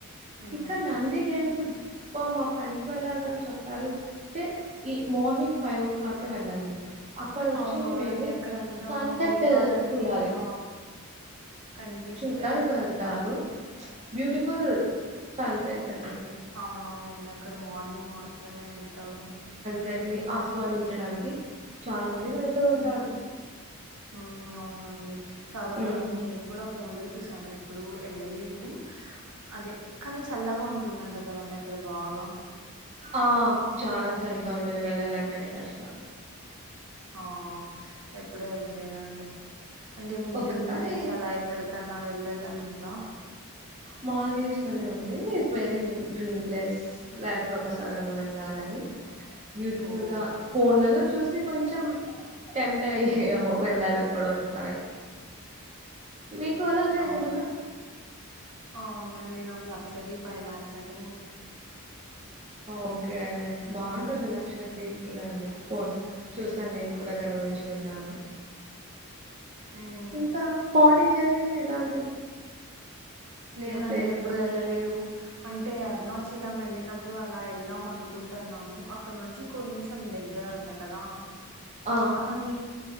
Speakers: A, on the right; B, on the right.
A: ఉమ్
B: ఇక్కడనంది హిల్స్ బ మా ఫ్రెండ్స్ వెళ్లారు గాని చెప్పారు, టే ఈ మార్నింగ్ ఫైవ్ ఓ క్లాక్ కె వెళ్ళాలండి. అక్కడొచ్చి
A: అవునవునండి,
B: వెళ్ళి
A: అక్కడ అంతా
B: సన్సెట్
A: మేఘాలన్ని
B: చూడాలి.
A: కూడా కనిపిస్
B: డ్డానికి వెళ్తారు, బ్యూటిఫుల్ అల్సైదండి
A: అవునవును అండ్ అక్కడ మార్నింగ్ మాత్రమే వెళ్తారు.
B: దాన్ని ఆస్వాదించడానికి చాలా
A: ఉమ్
B: మంది వెళ్తూ ఉంటారు.
A: ఉమ్ ఉమ్, అవునండి చాలా బాగుంటుంది
B: ఉమ్.
A: నేను కూడా ఫోన్ లో చు చూసాను ఎప్పుడూ ఎళ్ళలేదు అదే, కనీ చల్లగా ఉంటుందంట కదండి అక్కడ బాగా?
B: ఆ చాలా చలిగా ఉంటుంది వెళ్ళాలంటేనే కష్టం.
A: ఆ ఎప్పుడు ఎళ్ళలేదండి. అంటే మీ
B: ఒకసారి
A: డ్రీమ్ ప్లేస్ అలా ఎక్కడికన్నా వెళ్ళాలనుం హలో
B: మాల్దీవ్స్ అని ఉంది, వెరీ డ్రీమ్ ప్లేస్ లైఫ్ లో ఒకసారైనా వెళ్ళాలని బ్యూటిఫుల్
A: ఓహో
B: గా ఫోన్లలో చూస్ తె కొంచెం టెంప్ట్ అయ్యి వెళ్ళాలి ఎప్పుడో ఒకసారన్ మీకు
A: ఓకే
B: అలాగ
A: అవు
B: ఎగరాలా
A: అవునండి నాకు లక్ష ద్వీప్ అయిలాడ్సని
B: ఓకే బాగుంటుంది లక్షద్వీప్ గూడ అండి ఫో చూసాను నేను కూడా దాని గురించి విన్నాను.
A: ఉమ్
B: ఇంకా పాండిచ్చెరి ఇలాం
A: లేదండి
B: ప్లేస్
A: ఎప్పుడు వెళ్ళలేదు అం టే అరుణాచలం ఎళ్ళినప్పుడు అలా ఏళ్దాం అనుకుంటున్నాము అక్కడ నుంచి కొంచెం దగ్గర అంట కదా?
B: ఆ
A: కానీ